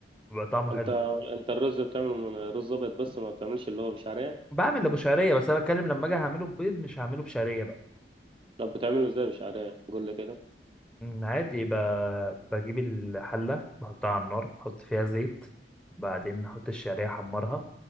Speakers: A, in the centre; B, on the right.
A: بيبقى طعمه حلو
B: انت انت الرز بتعمله من رز ابيض بس ما بتعملش اللي هو بشعريه
A: بعمل ابو شعرية بس انا بتكلم لما اجي هعمله ببيض مش هعمله بشعرية بقى
B: طب بتعمله ازاي بشعريه قول لي كده
A: أمم، عادي ب... بجيب الحلة بحطها على النار بحط فيها زيت بعدين احط الشعرية احمرها